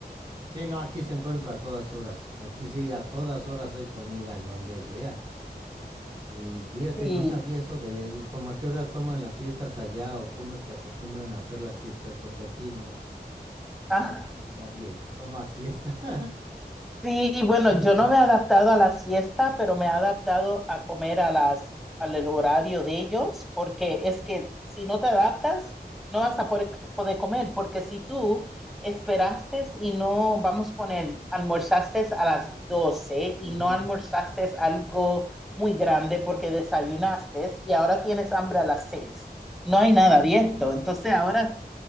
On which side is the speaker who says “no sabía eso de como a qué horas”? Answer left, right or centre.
Right